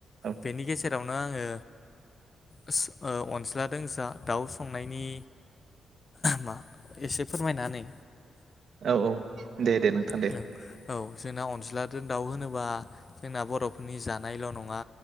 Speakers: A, on the right; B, on the left.
A: औ
B: बेनि गेजेरावनो आङो ओस ओ अनस्ला दोंसा दाउ संनायनि मा एसे फोरमायना होनाय
A: औ औ दे दे नोंथां दे
B: औ औ जोंना अनज्लादो दाउ होनोबा जोंना बरफोरनि जानायल नङा